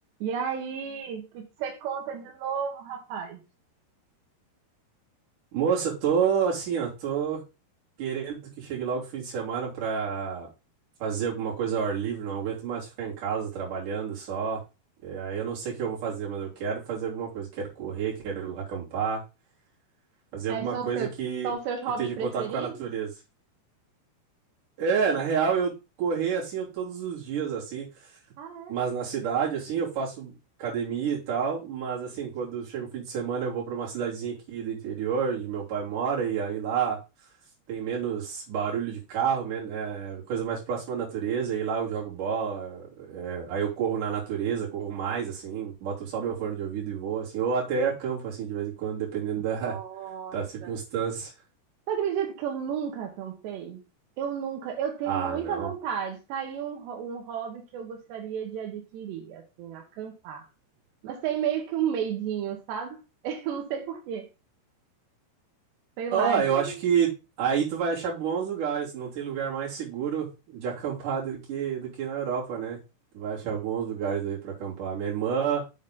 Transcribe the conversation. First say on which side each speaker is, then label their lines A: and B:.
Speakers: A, on the right (about 85°); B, on the right (about 50°).
A: E aí, o que que você conta de novo, rapaz?
B: Moça, tô assim, ó, tô querendo que chegue logo o fim de semana pra fazer alguma coisa ao ar livre, não aguento mais ficar em casa trabalhando só. E aí eu não sei o que eu vou fazer, mas eu quero fazer alguma coisa, quero correr, quero acampar, fazer
A: É,
B: alguma
A: são,
B: coisa
A: seu,
B: que
A: são seus hobbies
B: que esteja
A: preferidos?
B: em contato com a natureza. É,
A: São-
B: na real, eu correr assim eu todos os dias assim,
A: Ah,
B: Mas
A: é?
B: na cidade, assim, eu faço academia e tal, mas assim, quando chega o fim de semana, eu vou para uma cidadezinha aqui do interior, onde meu pai mora, e aí lá tem menos barulho de carro, men é, coisa mais próxima à natureza, e lá eu jogo bola, é, aí eu corro na natureza, corro mais, assim, boto só meu fone de ouvido e vou, assim, ou até acampo, assim, de vez em quando, dependendo da,
A: Nossa.
B: <laughs> da circunstância.
A: Você acredita que eu nunca acampei? Eu nunca, eu tenho
B: Ah,
A: muita
B: não.
A: vontade. Tá aí um, ho- um hobby que eu gostaria de adquirir, assim, acampar. Mas tem meio que um medinho, sabe? <laughs> Eu não sei por quê. Sei
B: Ó,
A: lá, de.
B: eu acho que aí tu vai achar bons lugares. Não tem lugar mais seguro de acampar do que, do que na Europa, né? Tu vai achar bons lugares aí pra acampar. Minha irmã,